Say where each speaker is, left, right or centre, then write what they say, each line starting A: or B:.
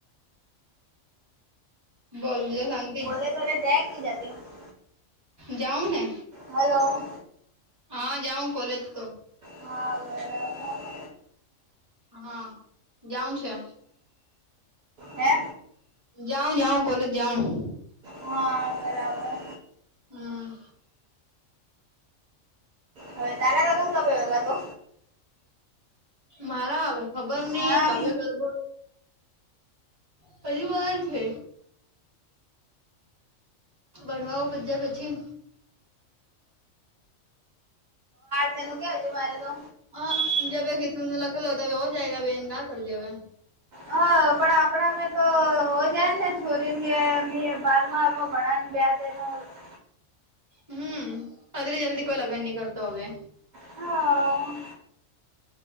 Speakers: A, on the right; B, on the right.
A: બોલ, તુજે શાંતિ.
B: <unintelligible> <unintelligible> જતી
A: જાઉને.
B: હલો.
A: હા, જાઉં કોલેજ તો.
B: હા, બ <unintelligible>
A: હા, જાઉ છે.
B: હે
A: જાઉ, જાઉં, કોલેજ જાઉ.
B: હા, બરાબર.
A: હમ.
B: હવે તારા લગન કમે તો?
A: મારા, હ ખબર નહીં
B: હા
A: કવ્ય કરવો. પરિ વાર છે ભણવો પ્યા પછી.
B: તેનું ક્યાં જોવું મારે તો
A: હા, જબ ગીતનું <unintelligible> <unintelligible> હો જાયગ કાર કરેંગે.
B: હા, પણ આપણા અમે તો હો જાય ને છોરીને ની બારમાં ઘણા ને બે <unintelligible>
A: હમ્મ, આટલી જલ્દી કોઈ લગન નહી કરતી હવે.
B: હા.